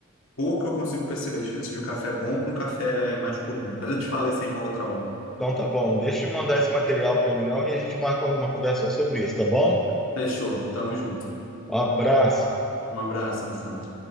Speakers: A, on the left (about 75°); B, in the centre.
A: pouco eu consigo perceber a diferença de um café bom para um café mais comum. Mas eu te falei isso em uma outra hora.
B: Então tá bom, deixa eu mandar esse material para mim não e a gente marca uma conversa só sobre isso, tá bom?
A: Fechou. Tamo junto.
B: Um abraço.
A: Um abraço, Alessandro.